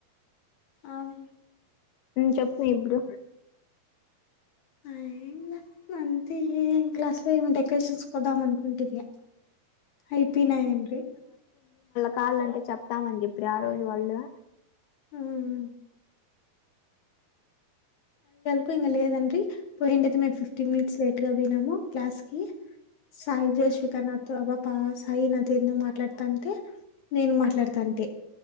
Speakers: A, on the left; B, on the left.
A: ఆమె
B: చెప్పు ఇప్పుడు
A: ఏం లా అంతే ఏం క్లాస్ లో ఏమి డెకరేషన్స్ కొదాం అనుకుంటుంది అయిపోనా <unintelligible>
B: కాల్ అంటే చెప్తామని చెప్పి రా ఆ రోజు వాళ్ళు
A: హ్మ్ కు ఇంగ లేదండ్రి పోయింటయితే మేము ఫిఫ్టీన్ మినిట్స్ లేట్ గా పోయినాము క్లాస్ కి సాయి జో శ్రీకర్నాథ్ అబ బ సాయి నాతో ఏందో మాట్లాడుతాంటే నేను మాట్లాడుతాంటే